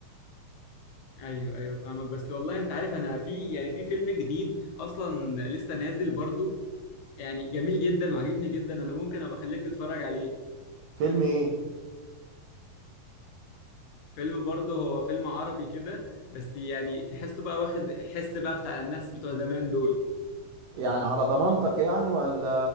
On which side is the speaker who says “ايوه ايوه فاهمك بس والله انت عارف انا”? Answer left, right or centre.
Left